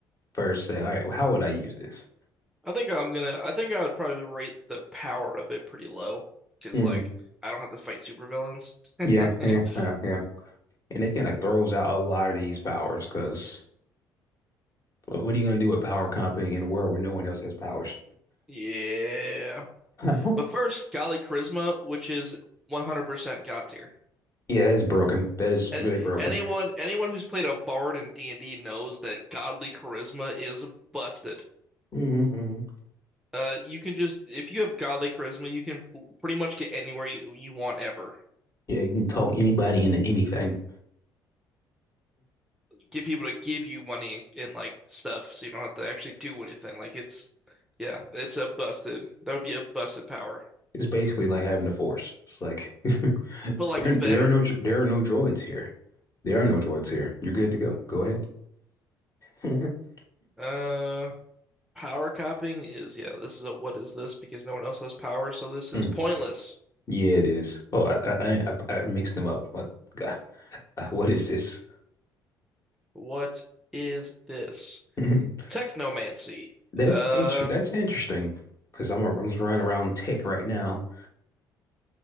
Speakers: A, on the left; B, in the centre.
A: first say all right well, how would I use this?
B: I think I'm gonna. I think I would probably rate the power of it pretty low because
A: hmm
B: like I don't have to fight supervillains.
A: Yeah, yeah, yeah,
B: <laughs>
A: yeah. And it kind of throws out a lot of these powers because what are you going to do with power company in a world where no one else has powers?
B: Yeah,
A: <laughs>
B: but first, Golly Charisma, which is 100% God tier.
A: Yeah, that's broken. That is
B: Any,
A: really broken.
B: anyone anyone who's played a bard in D&D knows that godly charisma is busted.
A: hmm hmm
B: Uh, you can just if you have godly charisma, you can p- pretty much get anywhere you, you want ever.
A: Yeah, you can talk anybody into anything.
B: Get people to give you money and, and like stuff, so you don't have to actually do anything. Like it's yeah, it's a busted. That would be a busted power,
A: It's basically like having the force. It's like <laughs>
B: but like
A: There, there
B: better.
A: are no, there are no droids here. There are no droids here. You're good to go. Go ahead. <laughs>
B: Uh, power copying is yeah. This is a what is this? Because no one else has power, so this is
A: Hmm.
B: pointless.
A: Yeah, it is. Oh, I, I, I, I mixed them up. What, God, <laughs> what is this?
B: What is this?
A: <laughs>
B: Technomancy.
A: That's
B: Uh,
A: inter that's interesting because I'm, I'm just running around tech right now. <laughs>